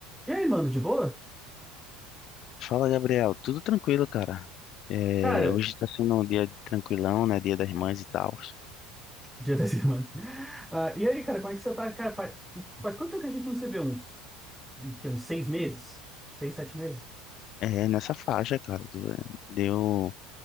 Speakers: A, in the centre; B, on the left.
A: E aí, mano, de boa?
B: Fala, Gabriel. Tudo tranquilo, cara. É,
A: Cara,
B: hoje tá sendo um dia tranquilão, né? Dia das Mães e tal.
A: Dia das Irmãs. Ah, e aí, cara, como é que você tá? Cara, pa- faz quanto tempo que a gente não se vê? Uns, que, uns seis meses? Seis, sete meses?
B: É, nessa faixa, cara. Tu- Deu,